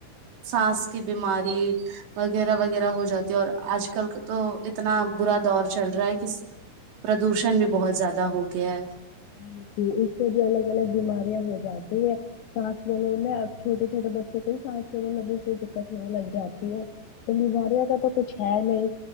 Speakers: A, on the right; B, on the left.
A: سانس کی بیماری وغیرہ وغیرہ ہو جاتی ہے اور آج کل کا تو اتنا برا دور چل رہا ہے کہ پردوشن بھی بہت زیادہ ہو گیا ہے
B: ہی <inaudible> ج اس سے بھی الگ الگ بیماریا ہو گی جاتی ہے سانس لینے میں اب چھوے چھوے بچوں کو ہی سانس لینے میں بھی کوئی دقت ہونے لگ جاتی ہے تو میںماریا کا تو کچھ ہے نہیں